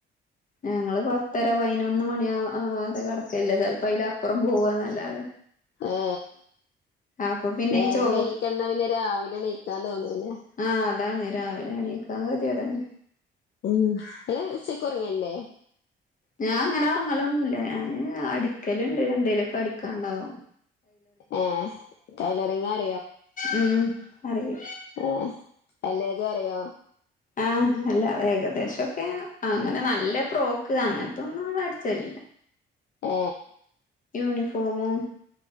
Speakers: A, on the left; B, on the left.
A: ഞങ്ങള് പത്തര പതിനൊന്ന് മണിആവാതെ കിടക്കല്ല ചിലപ്പോ അതിലപ്പുറം പോവാന്നല്ലാതെ
B: ഏ
A: അപ്പൊ പിന്നെ
B: നേരം
A: ഈ ചോറ്
B: വയ്യിക്കണ്ടാ പിന്നെ രാവിലെ എണീ ക്കാൻ തോന്നൂല ആ
A: ആഹ് അതാണ് ഈ രാവിലെ എണ്ണീക്കാ തെ കെതേടെന്നെ
B: ഉം ഇല്ല ഉച്ചക്ക് ഉറങ്ങേല്ലേ
A: ഞാൻ അങ്ങനെ ഉറങ്ങലൊന്നുമല്ല ഞാന് അടിക്കല് ഇണ്ട് എന്തേലൊക്കെ അടിക്കാനു ണ്ടാവും
B: ഏ ടൈലെ <unintelligible>
A: ഉം അറിയ
B: ഏ അല്ലേതും അറിയോ
A: ആ അല്ലേകദേശോക്കെ അങ്ങനെ നല്ല പ്രോക്ക് അങ്ങനത്തൊന്നും അടിച്ചെല്ല
B: ഏ
A: യൂണിഫോമും